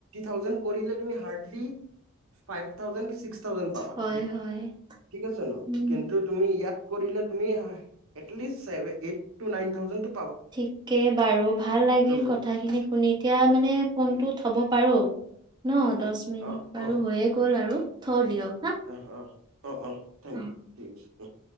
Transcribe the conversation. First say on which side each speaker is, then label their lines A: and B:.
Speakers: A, on the right; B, on the right.
A: থাউজেন্ড কৰিলে তুমি হাৰডলি্ ফাইভ থাউজেন্ড <unintelligible> থাউজেন্ড পাবা
B: হয় হয়
A: থিক আছে,
B: উম
A: কিন্তু তুমি ইয়াত কৰিলে তুমি হা at least, eight to nine thousand টো
B: ঠিকে বাৰু, ভাল লাগিল
A: উম,
B: কথাখিনি শুনি। <unintelligible> মানে ফোনটো
A: উম,
B: থ'ব পাৰোঁ। ন। দহ মিনিট
A: অ',
B: বাৰু
A: অ',
B: হৈয়ে গ'ল আৰু। থওঁ দিয়ক। হা
A: অ' অ 'অ' অ'থেংক
B: অ
A: ইউ ঠিক আছে অ'।